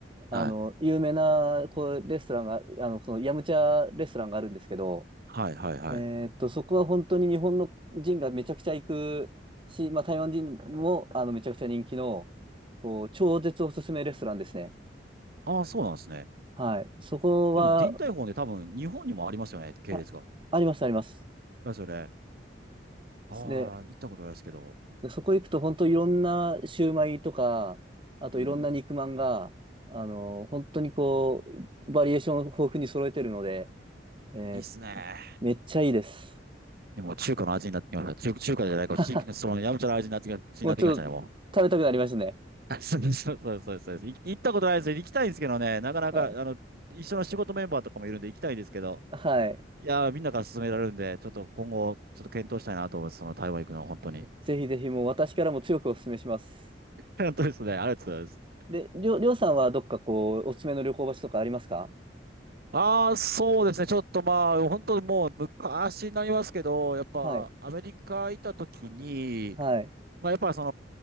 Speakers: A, on the right (about 30°); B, on the right (about 60°).
A: あの、
B: はい。
A: 有名な、こう、レストランが、あの、その、ヤムチャレストランがあるんですけど、
B: はい、はい、はい。
A: えーっと、そこは本当に日本の人がめちゃくちゃ行くし、まあ、台湾人も、あの、めちゃくちゃ人気の、こう、超絶おすすめレストランですね。
B: ああ、そうなんですね。
A: はい。そこは、
B: でも、ディンタイフォンで多分、日本にもありますよね、系列が。
A: あ、あります、あります。
B: ですよね。ああ、
A: で、
B: 行ったことないですけど。
A: でそこ行くと本当いろんなシューマイとか、あといろんな肉まんが、
B: うん。
A: あの、本当にこう、バリエーションを豊富に揃えてるので、えー
B: いいっすね。
A: めっちゃいいです。
B: でも、中華の味になってきました。中、中華じゃないか、
A: <laughs>
B: 地域、その、ヤムチャの味になってきま、になってきましたね、
A: もうちょっと
B: もう。
A: 食べたくなりましたね。
B: あそうそうそうそうそう。い行ったことないですよ。行きたいんですけどね、なかなか、
A: はい。
B: あの、一緒の仕事メンバーとかもいるんで行きたいんですけど、
A: はい。
B: いやー、みんなから勧められるんで、ちょっと今後、ちょっと検討したいなと思います。その台湾行くのは本当に。
A: ぜひぜひもう私からも強くお勧めします。
B: <laughs> 本当ですね。ありがとうございます。
A: で、りょう、りょうさんはどっかこう、おすすめの旅行場所とかありますか
B: ああ、そうですね。ちょっとまあ、本当もう昔になりますけど、やっぱアメリカ行った時に、
A: はい。はい。
B: まあ、やっぱそ